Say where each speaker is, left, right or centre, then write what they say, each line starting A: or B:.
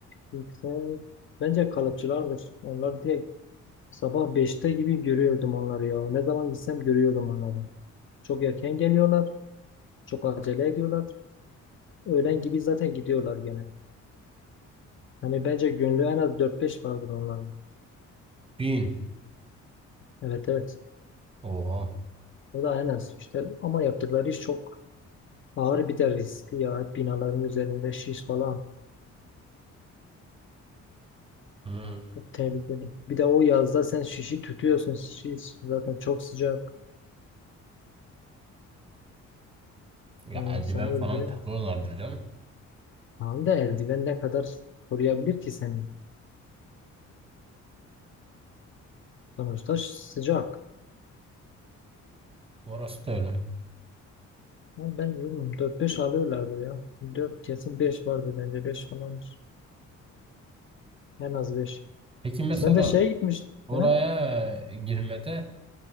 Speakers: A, on the left; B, on the right.
A: yüksek bence kalıpçılardır. Onlar direkt sabah beşte gibi görüyordum onları ya. Ne zaman gitsem görüyordum onları. Çok erken geliyorlar, çok acele ediyorlar. Öğlen gibi zaten gidiyorlar gene. Hani bence gönlü en az dört beş vardır onların.
B: Bin.
A: Evet evet.
B: Oha.
A: O da en az işte. Ama yaptıkları iş çok ağır bir de riskli ya. Hep binaların üzerinde şiş falan.
B: Hmm.
A: Çok tehlikeli. Bir de o yazda sen şişi tutuyorsun. Şiş zaten çok sıcak.
B: Ya
A: Yani
B: eldiven
A: insanı öldürüyor.
B: falan takıyorlardır canım.
A: Tamam da eldiven ne kadar koruyabilir ki seni? Sonuçta ş- sıcak.
B: Orası da öyle.
A: Ama Ben bilmiyorum. 4-5 alıyorlardır ya. 4 kesin 5 vardır bence. beş falandır. En az 5.
B: Peki mesela
A: Sen de şeye gitmiş.
B: oraya
A: He?
B: girmede